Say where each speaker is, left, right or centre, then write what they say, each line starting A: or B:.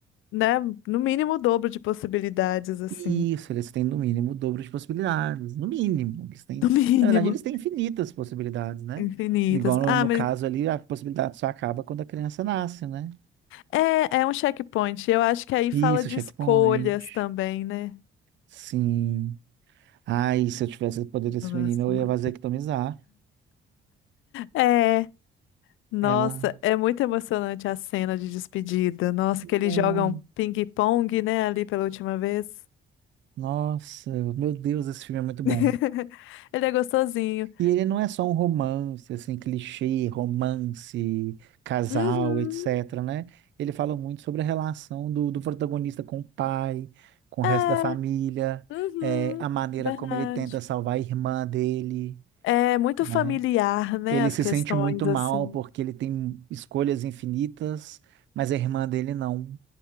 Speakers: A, on the left; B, on the right.
A: né, no mínimo o dobro de possibilidades, assim.
B: Isso,
A: <laughs>
B: eles têm no mínimo o dobro de possibilidades. No mínimo. Eles têm,
A: No mínimo,
B: na verdade, eles têm infinitas possibilidades, né?
A: infinitas.
B: Igual no,
A: Ah,
B: no
A: mas
B: caso ali, a possibilidade só acaba quando a criança nasce, né?
A: É, é um checkpoint. Eu acho que aí
B: Isso,
A: fala de
B: checkpoint.
A: escolhas também, né?
B: Sim. Ai, se eu tivesse o poder desse
A: Eu gosto
B: menino,
A: muito.
B: eu ia vasectomizar.
A: É, nossa,
B: É uma.
A: é muito emocionante a cena de despedida. Nossa, que eles
B: Muito.
A: jogam ping-pong, né, ali pela última vez.
B: Nossa, meu Deus, esse filme é muito bom.
A: <laughs> Ele é gostosinho.
B: E ele não é só um romance, assim, clichê, romance, casal,
A: Uhum,
B: etc, né? Ele fala muito sobre a relação do, do protagonista com o pai, com o resto
A: é,
B: da família,
A: uhum,
B: eh, a maneira
A: verdade.
B: como ele tenta salvar a irmã dele,
A: É muito
B: né?
A: familiar, né,
B: Ele
A: as
B: se
A: questões,
B: sente muito
A: assim.
B: mal porque ele tem escolhas infinitas, mas a irmã dele não.